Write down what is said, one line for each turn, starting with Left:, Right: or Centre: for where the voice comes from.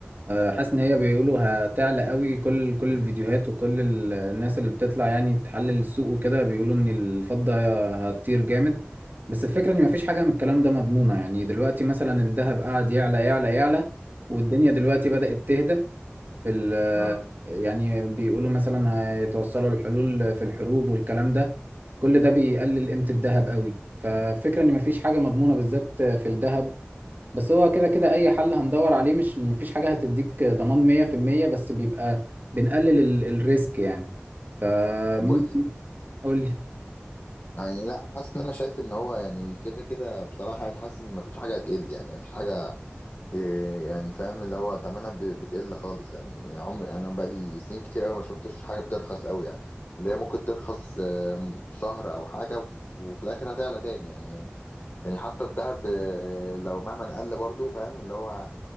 Right: آه، حاسس ان هي بيقولوا هتعلى قوي كل كل الفيديوهات وكل ال- الناس اللي بتطلع يعني تحلل السوق وكده بيقولوا ان الفضة هتطير جامد بس الفكرة ان مفيش حاجة من الكلام ده مضمونة يعني دلوقتي مثلا الذهب قاعد يعلى يعلى يعلى والدنيا دلوقتي بدأت تهدى في ال
Left: اه
Right: يعني بيقولوا مثلا هيتوصلوا للحلول في الحروب والكلام ده كل ده بيقلل قيمة الذهب قوي ففكرة ان مفيش حاجة مضمونة بالذات في الذهب بس هو كده كده اي حل هندور عليه مش مفيش حاجة هتديك ضمان 100% بس بيبقى بنقلل ال- الريسك يعني فممكن
Left: بص
Right: قول لي
Left: يعني لا حاسس ان انا شايف ان هو يعني كده كده بصراحة يعني حاسس ان مفيش حاجة هتقل يعني مفيش حاجة إيه يعني فاهم اللي هو تمنها ب- بتقل خالص يعني عمري يعني انا بقالي سنين كتير قوي ما شفتش حاجه بترخص قوي يعني اللي هي ممكن ترخص آم، شهر او حاجه وف- وفي الاخر هتعلى تاني يعني يعني حتى الذهب آه، لو مهما قل برضو فاهم اللي هو